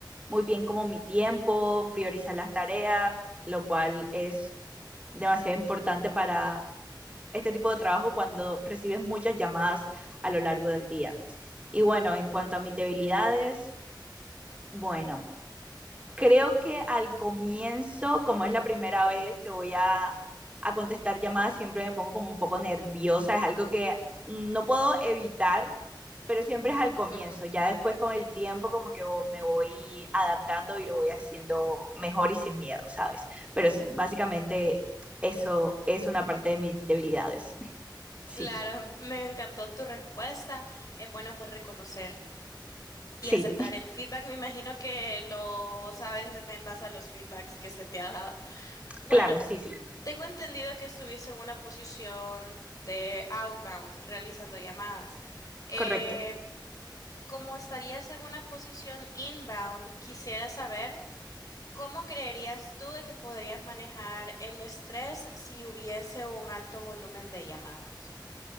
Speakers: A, on the right; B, on the left.
A: muy bien como mi tiempo, priorizar las tareas, lo cual es demasiado importante para este tipo de trabajo cuando recibes muchas llamadas a lo largo del día. Y bueno, en cuanto a mis debilidades, bueno, creo que al comienzo, como es la primera vez que voy a, a contestar llamadas, siempre me pongo como un poco nerviosa, es algo que no puedo evitar, pero siempre es al comienzo,
B: Ujú.
A: ya después con el tiempo como que vo- me voy adaptando y lo voy haciendo mejor y sin miedo, ¿sabes? Pero sí, básicamente eso es una parte de mis debilidades. <laughs> Sí,
B: Claro, <laughs> me encantó tu respuesta. Es bueno pues reconocer. Y
A: sí.
B: aceptar el feedback, me imagino que lo sabes en base a los feedbacks que se te ha dado. Bueno,
A: Claro, sí, sí,
B: tengo entendido que estuviste en una posición de outbound, realizando llamadas. Eh,
A: correcto.
B: como estarías en una posición inbound, quisiera saber cómo creerías tú de que podrías manejar el estrés si hubiese un alto volumen de llamadas.